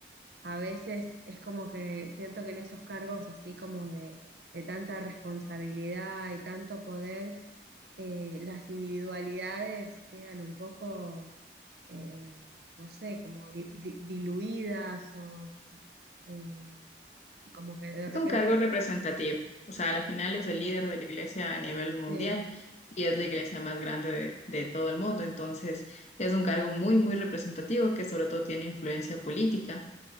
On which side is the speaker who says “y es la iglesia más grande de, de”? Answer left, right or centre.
Left